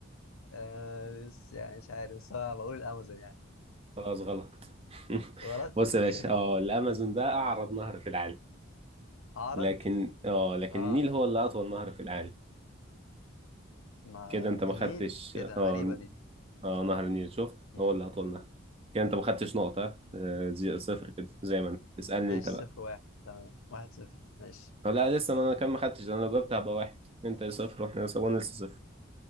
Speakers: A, on the left (about 80°); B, on the right (about 30°).
A: آه بس يعني مش عارف بس انا بقول الامازون يعني
B: خلاص غلط <laughs>
A: غلط
B: بص
A: <laughs>
B: يا باشا اه الامازون ده
A: تمام
B: اعرض نهر في العالم
A: عرض
B: لكن اه لكن
A: اه
B: النيل هو اللي اطول نهر في العالم
A: ما
B: كده انت ما
A: النيل
B: خدتش اه
A: ايه ده غريبة دي
B: اه نهر النيل شفت
A: مم.
B: هو اللي اطول نهر كده انت ما خدتش نقطة ها؟ آه، زي- صفر كده زي ما انت اسألني
A: ماشي
B: انت
A: صفر
B: بقى
A: واحد تمام واحد صفر ماشي
B: آه، لا لسه ما انا كان ما خدتش انا لو جبت هبقى واحد انت صفر واحنا لسه وانا لسه صفر